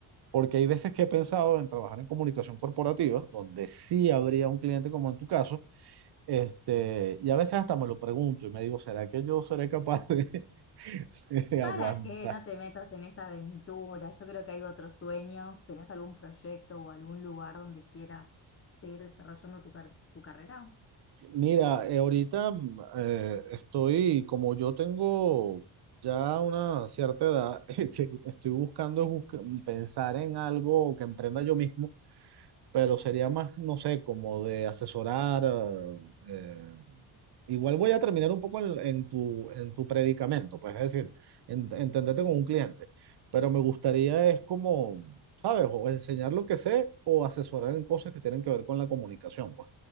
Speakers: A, on the right; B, on the left.
A: porque hay veces que he pensado en trabajar en comunicación corporativa, donde sí habría un cliente como en tu caso, este, y a veces hasta me lo pregunto y me digo, ¿será que yo seré capaz de, <laughs> de
B: Para
A: aguantar?
B: que no te metas en esa aventura, yo creo que hay otros sueños. ¿Tenés algún proyecto o algún lugar donde quieras seguir desarrollando tu, car- tu carrera?
A: Mira, eh, ahorita mm, eh, estoy, como yo tengo ya una cierta edad, <laughs> este, estoy buscando busca- pensar en algo que emprenda yo mismo pero sería más, no sé, como de asesorar. eh, igual voy a terminar un poco en, en tu, en tu predicamento, pues es decir, en- entenderte con un cliente, pero me gustaría es como, ¿sabes? O enseñar lo que sé o asesorar en cosas que tienen que ver con la comunicación, pues,